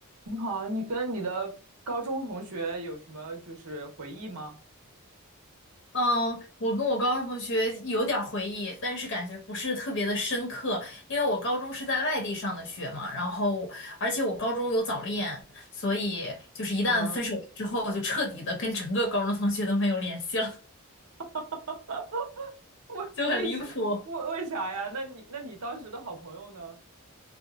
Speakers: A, on the right (about 80°); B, on the left (about 55°).
A: 你好，你跟你的高中同学有什么就是回忆吗？
B: 嗯，我跟我高中同学有点儿回忆，但是感觉不是特别的深刻，因为我高中是在外地上的学嘛，然后而且我高中有早恋，所以就是一旦分手之后，
A: 嗯，
B: 就彻底的跟整个高中同学都没有联系了，
A: <laughs> 为为什为为啥呀？
B: 就很离谱。
A: 那你那你当时的好朋友呢？